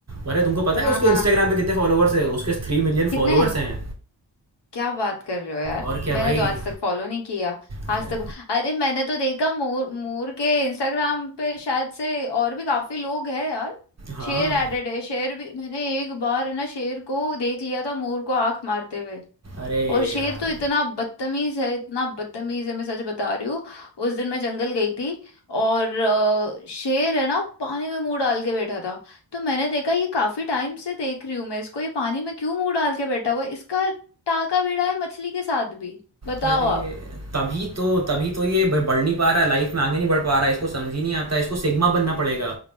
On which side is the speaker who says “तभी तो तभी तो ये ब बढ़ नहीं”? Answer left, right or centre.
Right